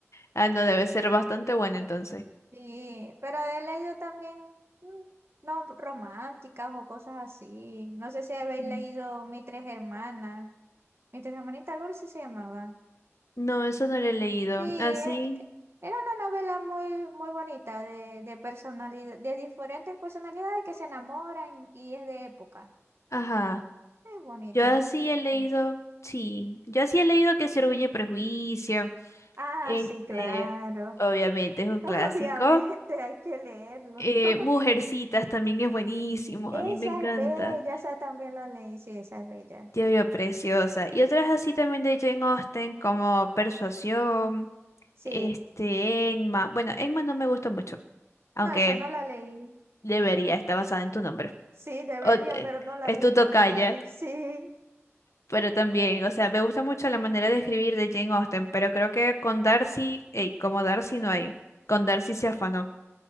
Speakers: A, on the left; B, on the right.
A: Ah, no, debe ser bastante bueno entonces.
B: Sí, pero he leído también mm, no románticas o cosas así. No sé si habéis
A: Mm.
B: leído Mis tres hermanas. Mis tres hermanitas, algo así se llamaba.
A: No, eso no lo he leído.
B: Sí, e-
A: Así,
B: e- era una novela muy, muy bonita de, de personalidad, de diferentes personalidades que se enamoran y es de época.
A: ajá.
B: Es bonita,
A: Yo así
B: me
A: he
B: gustó.
A: leído, sí. Yo así he leído que se orgulle y prejuicio.
B: Ah,
A: Este,
B: sí, claro.
A: obviamente
B: <laughs>
A: es un
B: Obviamente
A: clásico.
B: hay que leerlo.
A: Eh,
B: <laughs>
A: Mujercitas también es buenísimo,
B: Esa
A: a mí me encanta.
B: es bella, esa también la leí, sí, esa es bella.
A: Dios mío, preciosa. Y otras así también de Jane Austen, como Persuasión,
B: Sí,
A: este, Enma. Bueno, Enma no me gusta mucho, aunque
B: No, esa no la leí.
A: debería, está basada en tu nombre.
B: Sí, debería,
A: O- eh,
B: pero no la
A: es
B: leí.
A: tu tocaya,
B: No, no, no. <laughs> Sí.
A: pero también, o sea, me gusta mucho la manera de escribir de Jane Austen, pero creo que con Darcy, ey, como Darcy no hay, con Darcy se afanó.